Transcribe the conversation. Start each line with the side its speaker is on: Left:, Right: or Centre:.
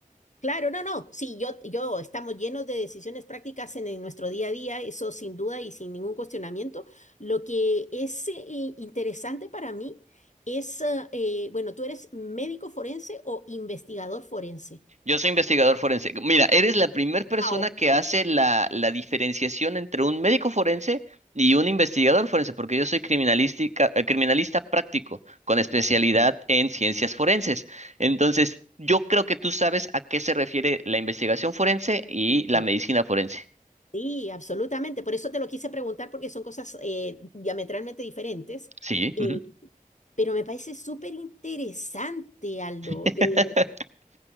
Left: claro, no, no, sí, yo, yo estamos llenos de decisiones prácticas en, en nuestro día a día, eso sin duda y sin ningún cuestionamiento. Lo que es eh, interesante para mí es, ah, eh, bueno, ¿tú eres médico forense o investigador forense?
Right: Yo soy investigador forense. Mira, eres la primera persona
Left: Wow.
Right: que hace la, la diferenciación entre un médico forense y un investigador forense, porque yo soy criminalística, eh, criminalista práctico con especialidad en ciencias forenses. Entonces, yo creo que tú sabes a qué se refiere la investigación forense y la
Left: Sí,
Right: medicina forense.
Left: sí, absolutamente. Por eso te lo quise preguntar porque son cosas eh, diametralmente diferentes.
Right: Sí.
Left: Eh,
Right: ujú.
Left: pero me parece súper interesante, Aldo,
Right: <laughs>
Left: de